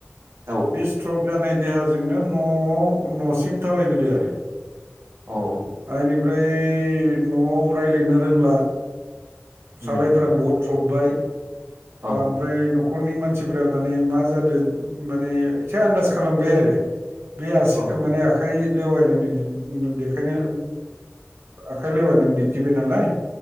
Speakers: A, on the right; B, on the right.
A: औ
B: बे स्ट्रक जानाय देहाजोंनो न'आव न'सिम थाबायबोदों आरो
A: औ
B: इनिफ्राय न'आव रायज्लायनो रोंला
A: उम
B: सालायफ बथ्रबबाय
A: औ
B: ओमफ्राय न'खरनि मानसिफ माने मा जादों माने एसे आन्दास खालामबाय आरो बे आसिखौ
A: औ
B: माने आखाइ लेवायनानै देखायनो आखाइ लेवायनानै दिन्थिबाय नालाय